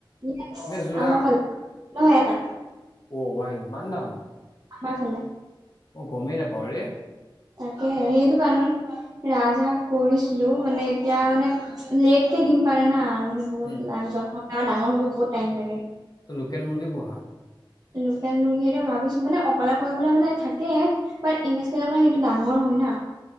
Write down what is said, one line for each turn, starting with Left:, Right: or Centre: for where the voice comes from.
Right: ইয়েছ
Left: নে যোৰা,
Right: আমাৰ ফালে নহয় এটা
Left: অ, ভাই ইমান দাম?
Right: আমাৰ ফালে।
Left: গমে নাপাওঁ ৰে।
Right: তাকে সেইটো কাৰণে মানে, ৰাজহাঁহ কৰিছিলোঁ মানে এতিয়া মানে, লেটকে দিম পাৰে না আৰু মানে বহুত
Left: উম
Right: লাগে যত্ন ডাঙৰ হব বহুত টাইম লাগে।
Left: ত লোকেল মুৰ্গী পুহা?
Right: লোকেল মুৰ্গী সেইটো ভাবিছোঁ, মানে অকলে কৰিবলে মানে থাকে <unintelligible> সেইটো ডাঙৰ হয়। হয় না?